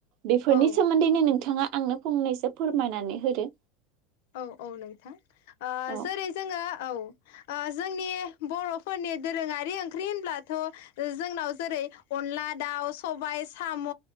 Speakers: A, on the right; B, on the left.
A: बेफोरनि
B: औ
A: सोमोन्दैनो नोंथाङा आंनो फंनैसो फोरमायनानै होदो।
B: औ औ नोंथां ओ
A: औ
B: जोरै जोङो औ। ओ जोंनि बर'फोरनि दोरोङारि ओंख्रि होनब्लाथ' जोंनाव जोरै अनला दाउ सबाइ साम'